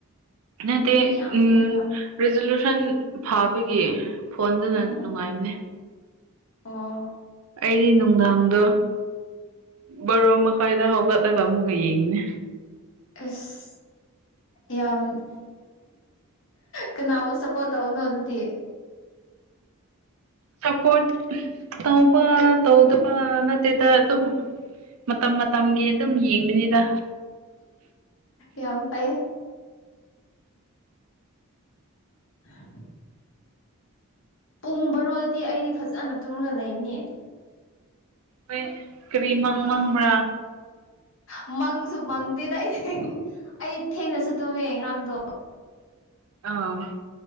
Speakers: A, on the right; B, on the left.
A: ꯅꯠꯇ‌ꯦ
B: ꯏ ꯌꯥꯝ
A: ꯎꯝ
B: ꯐꯪꯉꯒ
A: ꯔꯤꯖꯣꯂꯨꯁꯟ ꯐꯥꯕꯒꯤ ꯐꯣꯟꯗꯨꯅ
B: ꯎꯝ
A: ꯅꯨꯡꯉꯥꯏꯕꯅ‌ꯦ
B: ꯑꯣ
A: ꯑꯩꯗꯤ ꯅꯨꯡꯗꯥꯡꯗꯣ ꯕꯣꯔꯣ ꯃꯈꯥꯏꯗ ꯍꯧꯒꯠꯂꯒ ꯑꯃꯨꯛꯀ ꯌꯦꯡꯅꯦ
B: ꯑꯁ ꯌꯥꯝ ꯀꯅꯥꯕꯨ ꯁꯞꯄꯣꯔꯠ ꯇꯧꯅꯣ ꯑꯗꯨꯗꯤ
A: ꯁꯞꯄꯣꯔꯠ ꯇꯧꯕ ꯇꯧꯗꯕ ꯅꯠꯇꯦꯗ ꯑꯗꯨꯝ ꯃꯇꯝ ꯃꯇꯝꯒꯤ ꯑꯗꯨꯝ ꯌꯦꯡꯕꯅꯤꯗ
B: ꯌꯥꯎ ꯄꯥꯏꯌꯦ <unintelligible> ꯄꯨꯡ ꯕꯥꯔꯣꯗꯗꯤ ꯑꯩꯗꯤ ꯐꯖꯅ ꯇꯨꯡꯉꯒ ꯂꯩꯕꯅꯦ
A: ꯑꯩꯣꯏ ꯀꯔꯤ ꯃꯪ ꯃꯪꯕ꯭ꯔꯥ
B: ꯎ ꯃꯪꯁꯨ ꯃꯪꯗꯦꯗ ꯑꯩ ꯑꯩ ꯊꯦꯡꯅ ꯆꯠꯇꯨꯝꯃꯦ ꯉꯔꯥꯡꯗꯣ
A: ꯑ